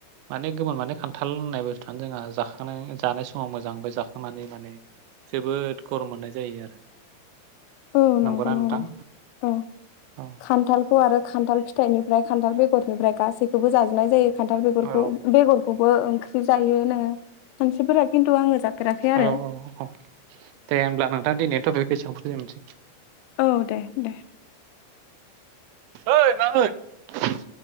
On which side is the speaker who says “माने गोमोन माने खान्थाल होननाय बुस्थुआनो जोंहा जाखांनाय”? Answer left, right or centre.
Right